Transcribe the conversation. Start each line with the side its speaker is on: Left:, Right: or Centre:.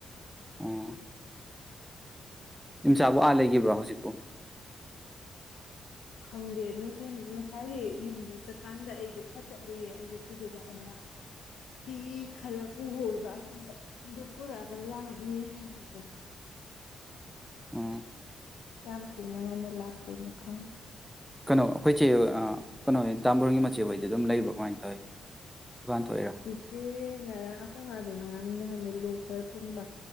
Centre: ꯑꯝ ꯏꯝꯆꯥꯕꯨ ꯑꯥ ꯂꯩꯈꯤꯕ꯭ꯔꯣ ꯍꯧꯖꯤꯛꯄꯨ
Left: ꯈꯪꯗꯦ ꯅꯨꯡꯊꯤꯜ ꯉꯁꯥꯏꯗꯤ ꯌꯨꯝꯗ ꯆꯠꯀꯥꯟꯗ ꯑꯩꯗꯣ ꯐꯠ ꯆꯠꯂꯨꯏꯌꯦ ꯑꯌꯨꯛꯀꯤꯗꯨꯗ ꯑꯗꯨꯅ ꯐꯤ ꯈꯔ ꯄꯨꯑꯣꯢꯕ ꯑꯁꯣꯝꯗ ꯗꯨ ꯄꯨꯨꯔꯛꯑꯒꯥ ꯂꯥꯛ ꯃꯤ ꯍꯥꯏ ꯍꯧꯕꯅꯤ
Centre: ꯑꯝ
Left: ꯀꯌꯥꯝ ꯊꯦꯡꯅ ꯉꯟꯅ ꯂꯥꯛꯇꯣꯏꯅꯣ ꯈꯪꯗꯦ
Centre: ꯅꯣ ꯑꯩꯈꯣꯏꯆꯦ ꯍꯣꯢ ꯑꯥ ꯀꯩꯅꯣ ꯇꯥꯝꯕꯔꯣꯒꯤ ꯃꯆꯦ ꯑꯣꯏꯗꯤ ꯑꯗꯨꯝ ꯂꯩꯕ꯭ꯔꯣ ꯀꯃꯥꯏꯅ ꯇꯧꯋꯤ ꯗꯨꯀꯥꯟ ꯊꯣꯛꯏꯔꯥ
Left: ꯆꯦꯆꯦ ꯉꯥꯔꯥꯡ ꯑꯈꯣꯏ ꯃꯥꯗꯣ ꯉꯥꯔꯥꯡ ꯅꯍꯥꯟꯗꯩ ꯂꯣꯛ ꯈꯔ ꯊꯨꯡꯕ